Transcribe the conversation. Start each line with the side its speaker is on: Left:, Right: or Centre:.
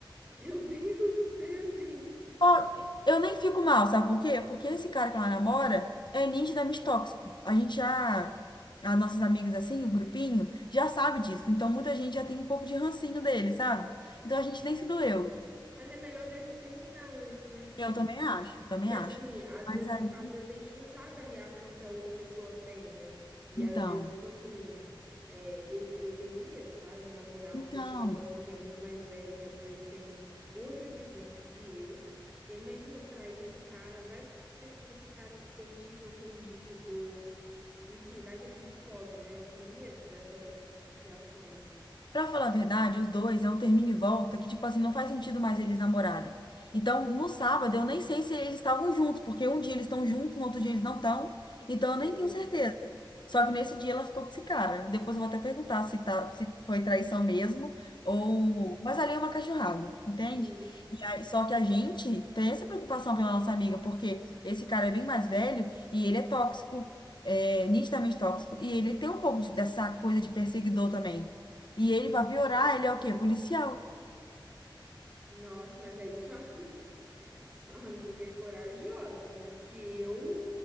Right: Meu Deus do céu, gente.
Left: Ó, eu nem fico mal, sabe por quê? Porque esse cara que ela namora é nitidamente tóxico. A gente já, as nossas amigas assim, o grupinho, já sabe disso. Então muita gente já tem um pouco de rancinho dele, sabe? Então a gente nem se doeu.
Right: Mas é melhor de- terminar antes, né?
Left: Eu também acho, também
Right: que assim,
Left: acho.
Right: às
Left: Mas
Right: vezes,
Left: aí,
Right: às vezes a gente não sabe a reação que a outra pessoa tem, né? E
Left: então,
Right: às vezes, tipo assim, é, eu, eu tenho medo, tá? De namorar
Left: então.
Right: uma pessoa assim que é muito mais velha, que às vezes tem outra vivência que eu. E aí, imagina eu trair esse cara, vai ser que esse cara se sente ofendido, enfim, vai que ele descobre, né? Eu tenho medo dessas reações, assim.
Left: Pra falar a verdade, os dois é um termina e volta que, tipo assim, não faz sentido mais eles namorarem. Então, no sábado, eu nem sei se eles estavam juntos, porque um dia eles estão juntos, no outro dia eles não estão. Então, eu
Right: Sim,
Left: nem tenho certeza. Só que nesse dia ela ficou com esse cara. Depois eu vou até perguntar se, tá, se foi traição mesmo ou. Mas ali é uma cachorrada, entende?
Right: sim.
Left: E aí, só que a gente tem essa preocupação pela nossa amiga, porque esse cara é bem mais velho e ele é tóxico, é, nitidamente tóxico, e ele tem um pouco de- dessa coisa de perseguidor também. E ele, pra piorar, ele é o quê? Policial.
Right: Nossa, mas aí sua, <laughs> sua amiga é corajosa, né? Porque eu